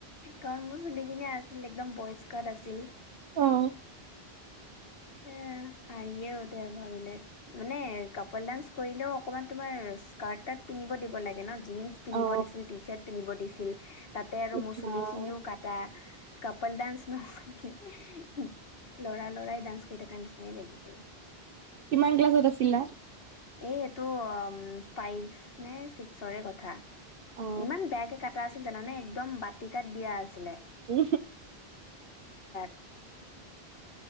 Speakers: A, on the left; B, on the right.
A: কাৰণ মোৰ চ দে এনে আছিল একদম বয়স্কাৰ আছিল
B: কোৱা অ
A: এ হাহিয়ে উঠে ভাবিলে মানে কাপাল ডান্স কৰিলেও অকমান তোমাৰ স্কাৰ্ট তাত পিন্ধিব দিব লাগে ন জীন্চ পিন্ধিব
B: অ
A: দিছিল টি চাৰ্ট পিন্ধিব দিছিল তাতে আৰু
B: ইছৰাম
A: মচলি খিনিও কটা কাপাল ডান্স নহ লৰা লৰাই ডান্স কৰি থ কাৰে নিচিন লাগিছিল
B: কিমান ক্লাছত আছিলা
A: এই এইটো ফাইভ নে ছিক্সৰে কথা
B: অ
A: ইমান বেয়াকে কাটা আছিল জানানে একদম বাতি কাত দিয়া আছিলে
B: উ
A: উ